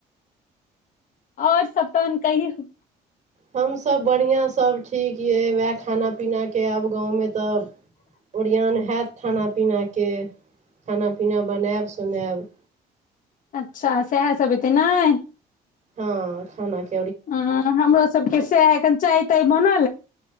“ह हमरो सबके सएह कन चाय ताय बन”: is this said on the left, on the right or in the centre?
Left